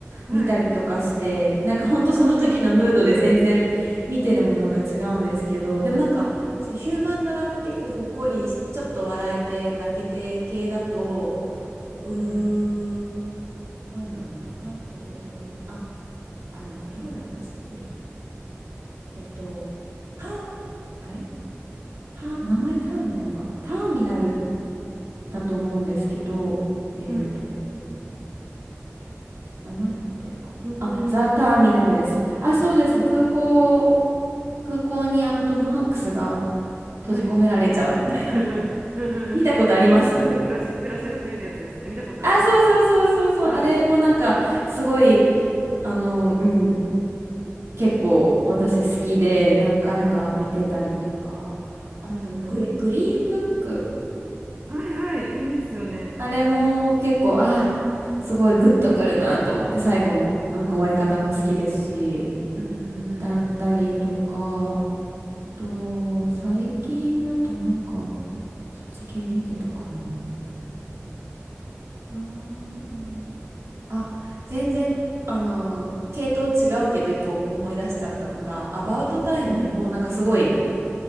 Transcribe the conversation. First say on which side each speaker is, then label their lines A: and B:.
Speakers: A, on the right (about 35°); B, on the right (about 80°).
A: はい。
B: 見たりとかして、なんかほんとその時のムードで全然見てるものが違うんですけど、
A: うんうん
B: でもなんか、そういうヒューマンドラマ結構ほっこりし、ちょっと笑えて泣けて系だと、うーん、
A: うん
B: なんだろうな、パッと出てくる、あ、あ、でもこれはラブストーリーなのか。えっと、パ、あれた、名前ターミナルかなターミナルだと思うんですけど、えっと、
A: うん。はい。
B: 名前合ってるかなあ、
A: 空港に、
B: ザ・ターミナルです。
A: 空
B: あ、そうです。空港、空港にあのトム・ハンクスが閉じ込められちゃうみたいな。
A: はい。<laughs> うんうんうん。
B: 見たことあります
A: で、なんか、暮らし、暮らし始めるやつですね。見たことあります。
B: あ、そうそうそうそうそう。
A: はい。
B: あれもなんか、すごい、あの、うん、結構私好きで何回か見てたりとか、
A: うん。
B: あとグリ、
A: うん。うん。
B: グリーンブック。
A: はいはい。いいですよね。
B: あれも結構、あ、すごいグッとくるなと思って、最後も、なんか終わり方も好きですし、
A: うん。うんうん
B: だったりとか、あと、最近だとなんか、そっち系見てたかな。あー、なる。あ、全然、あの、系統違うけど、一個思い出しちゃったのが、アバウトタイム、
A: うんうん。うん。
B: もうなんかすごい、